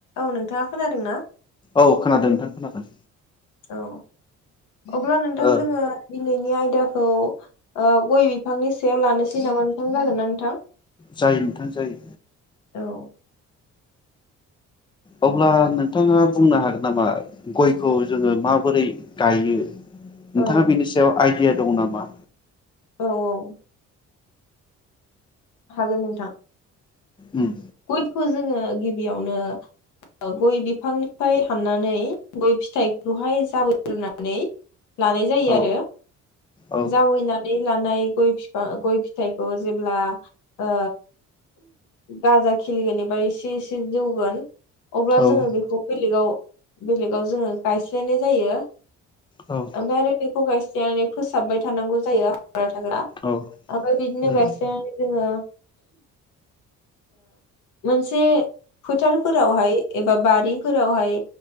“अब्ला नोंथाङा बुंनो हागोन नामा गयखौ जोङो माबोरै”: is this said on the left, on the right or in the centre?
Left